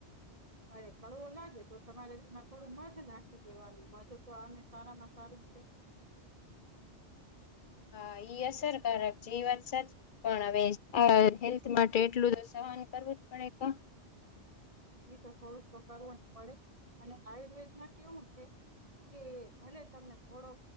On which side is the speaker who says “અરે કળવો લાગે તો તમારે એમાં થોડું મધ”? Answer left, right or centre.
Right